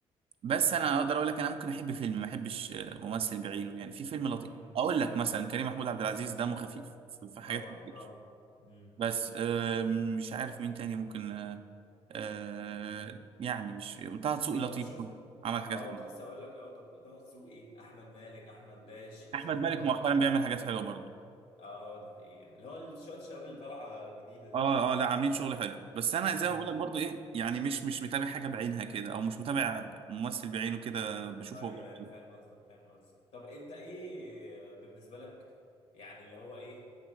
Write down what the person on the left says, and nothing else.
امم
طبعا
طبعا امم
طب شوف
اه
كنت لسه اقول لك اه طب طه دسوقي احمد مالك احمد داش عصام
عمر
ال-
اه دي حقيقة اللي هو شوية الشباب اللي طالعة جديدة دي
امم
ايوه
ايوه انا
فاهم قصدك فاهم قصدك طب انت ايه بالنسبه لك يعني اللي هو ايه